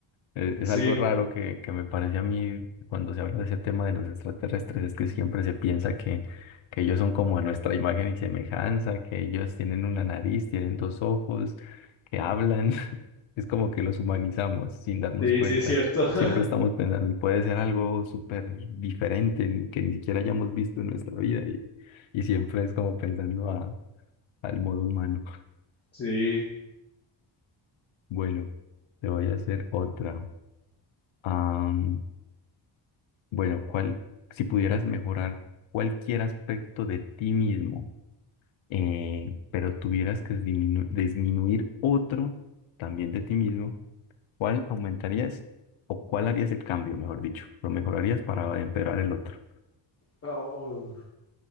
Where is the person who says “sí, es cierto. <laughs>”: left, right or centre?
Left